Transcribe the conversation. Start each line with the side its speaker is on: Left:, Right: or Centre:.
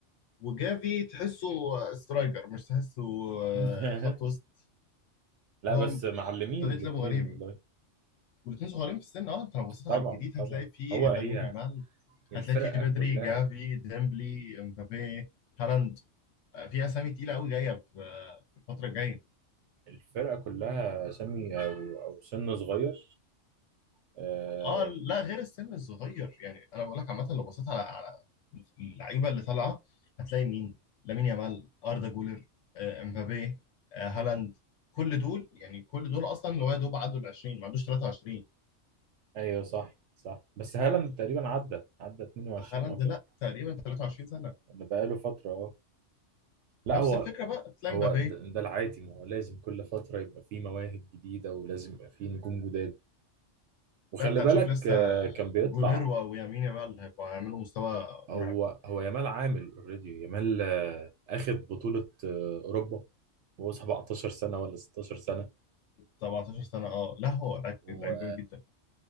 Left: وجافي تحسه سترايكر مش تحسه آه،
Right: <laughs>
Left: خط وسط
Right: لا
Left: هو
Right: بس معلمين
Left: طريقه
Right: الاتنين
Left: لعبه غريبه
Right: والله
Left: والاثنين صغيرين في السن اه انت لو بصيت
Right: طبعا
Left: على الجديد
Right: طبعا
Left: هتلاقي فيه
Right: هو هي
Left: لامين يامال
Right: الفرقة
Left: هتلاقي فيه بدري
Right: كلها
Left: جافي ديمبلي امبابي هالاند آه، في اسامي تقيله قوي جايه في آه، في الفتره الجايه
Right: الفرقة كلها سمي او او سن صغير آه
Left: اه لا غير السن الصغير يعني انا بقول لك عامه لو بصيت على على اللعيبه اللي طالعه هتلاقي مين لامين يامال اردا جولر آه، امبابي آه، هالاند كل دول يعني كل دول اصلا اللي هو يا دوب عدوا ال 20 ما عندوش 23
Right: ايوه صح صح بس هالاند تقريبا عدى عدى 22
Left: فهالاند
Right: او كده
Left: لا تقريبا 23 سنه
Right: اللي بقاله فترة اه لا
Left: نفس
Right: هو
Left: الفكره بقى تلاقي
Right: هو
Left: امبابي
Right: ده ده العادي ما هو لازم كل فترة يبقى فيه مواهب جديدة ولازم يبقى فيه نجوم جداد وخلي
Left: لا انت هتشوف
Right: بالك
Left: لسه
Right: آه، كان بيطلع
Left: جولير و- ويمين يامال هيبقوا هيعملوا مستوى
Right: هو
Left: مرعب
Right: هو يامال عامل اوريدي يامال آه، اخد بطولة آه، أوروبا وهو 17 سنة ولا 16 سنة
Left: 17 سنه اه لا هو لعيب
Right: و...
Left: لعيب جامد جدا